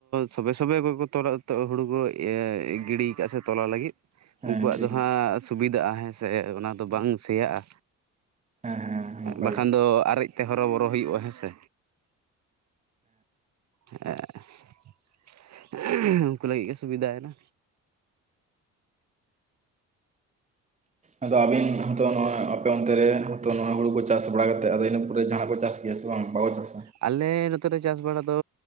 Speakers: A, on the right (about 65°); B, on the right (about 25°).
A: ᱥᱚᱵᱮ ᱥᱚᱵᱮ ᱵᱟᱠᱚ ᱛᱚᱞ ᱛᱚ ᱦᱩᱲᱩ ᱠᱚ ᱮ ᱜᱤᱰᱤᱭ ᱠᱟᱜᱼᱟ ᱥᱮ ᱛᱚᱞᱟ ᱞᱟᱹᱜᱤᱫ᱾
B: ᱦᱮᱸ
A: ᱩᱱᱠᱩᱣᱟᱜ
B: ᱴᱷᱤᱠ
A: ᱫᱚ ᱦᱟᱸᱜ ᱥᱩᱵᱤᱫᱷᱟᱜᱼᱟ ᱦᱮᱸ ᱥᱮ, ᱚᱱᱟ ᱫᱚ
B: ᱦᱮᱸ
A: ᱵᱟᱝ ᱥᱮᱭᱟᱜᱼᱟ᱾
B: ᱦᱮᱸ ᱱᱟᱯᱟᱭ
A: ᱵᱟᱠᱷᱟᱱ
B: ᱜᱮ
A: ᱫᱚ ᱟᱨᱮᱡ ᱛᱮ ᱦᱚᱨᱚᱵᱚᱨᱚ ᱦᱩᱭᱩᱜ-ᱟ ᱦᱮᱸ ᱥᱮ᱾ <unintelligible> ᱩᱱᱠᱩ ᱞᱟᱹᱜᱤᱫ ᱜᱮ ᱥᱩᱵᱤᱫᱟᱭᱮᱱᱟ᱾
B: ᱟᱫᱚ ᱟᱵᱤᱱ ᱦᱚᱸᱛᱚ ᱱᱚᱣᱟ ᱟᱯᱮ ᱚᱱᱛᱮ ᱨᱮ ᱦᱚᱭᱛᱚ ᱱᱚᱣᱟ ᱦᱩᱲᱩ ᱠᱚ ᱪᱟᱥ ᱵᱟᱲᱟ ᱠᱟᱛᱮᱫ ᱟᱫᱚ ᱤᱱᱟᱹ ᱯᱚᱨᱮ ᱡᱟᱦᱟᱸᱱᱟᱜ ᱵᱚ ᱪᱟᱥ <unintelligible>
A: ᱟᱞᱮ ᱱᱚᱛᱮᱨᱮ ᱪᱟᱥ ᱵᱟᱲᱟ ᱫᱚ